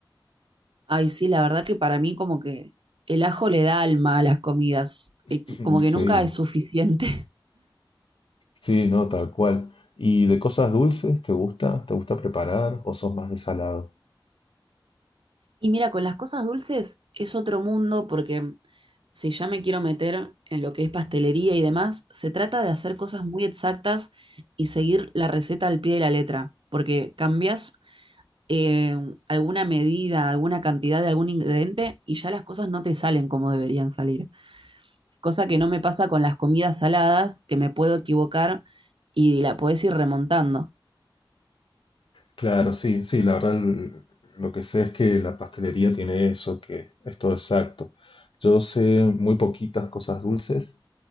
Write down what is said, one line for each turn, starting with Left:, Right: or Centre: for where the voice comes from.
Right: Ay, sí, la verdad que para mí como que el ajo le da alma a las comidas,
Left: <laughs>
Right: eh, como
Left: Sí,
Right: que nunca es suficiente.
Left: sí, no, tal cual. ¿Y de cosas dulces, te gusta? ¿Te gusta preparar o sos más de salado?
Right: Y mira, con las cosas dulces es otro mundo porque si ya me quiero meter en lo que es pastelería y demás, se trata de hacer cosas muy exactas y seguir la receta al pie de la letra, porque cambias eh, alguna medida, alguna cantidad de algún ingrediente y ya las cosas no te salen como deberían salir. Cosa que no me pasa con las comidas saladas, que me puedo equivocar y la podés ir remontando.
Left: Claro, sí, sí, la verdad l- lo que sé es que la pastelería tiene eso, que es todo exacto. Yo sé muy poquitas cosas dulces.